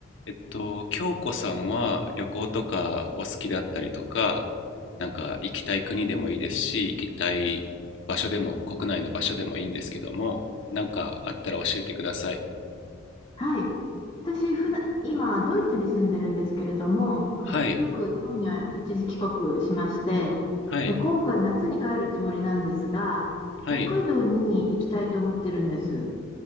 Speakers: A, on the left (about 65°); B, on the left (about 25°).
A: えっと、京子さんは旅行とかお好きだったりとか、なんか行きたい国でもいいですし、行きたい場所でも、国内の場所でもいいんですけども、なんかあったら教えてください。
B: はい。私、普段、今、ドイツに住んでるんですけれども、
A: はい、
B: よく日本には一時帰国しまして、
A: はい、
B: で、今回夏に帰るつもりなんですが、
A: はい。
B: 北海道に行きたいと思ってるんです。